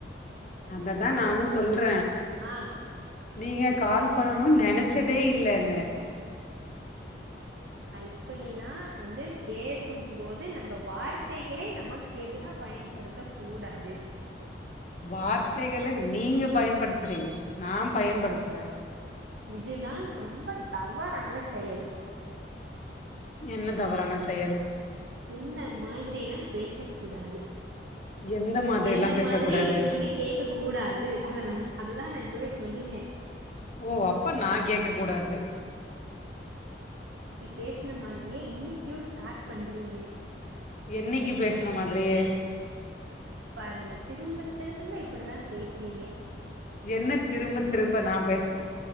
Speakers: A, on the left; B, on the right.
A: அததா நானும் சொல்ற
B: ஆ
A: நீங்க கால் பண்ணணுன் நென ச்சதே இல்லன்னு
B: இப்படிதான் வந்து பேசும்போது நம்ம வார்த்தைகளளை நமக்கு எதிராக பயன்படுத்த கூடாது
A: வார்த்தைகளை நீங்க பயன்படுத்துறீங்க நான் பயன்படுத்தல
B: இதுதான் ரொம்ப தவறான செயல்
A: என்ன தவறான செயல்
B: இந்த மாதிரிலா பேச கூடாது
A: எந்த மாதிரில்லா
B: எந்த
A: பேசக்கூடாது.
B: மாதிரின் இப்ப நீங்க கேக்க கூடாது அததான் அததான் நான் இப்பவே சொல்லிட்டே
A: ஓ அப்ப நா கேக்க கூடாது
B: பேஸ்ன மாதிரியே இன்னிக்கும் ஸ்டாட் பண்றீங்க
A: என்னைகு பேசன மாதிரியே
B: பாருங்க திரும்ப திரும்ப இப்புடிதா பேசுறீங்க
A: என்ன திரும்ப திரும்ப நா பேசுறே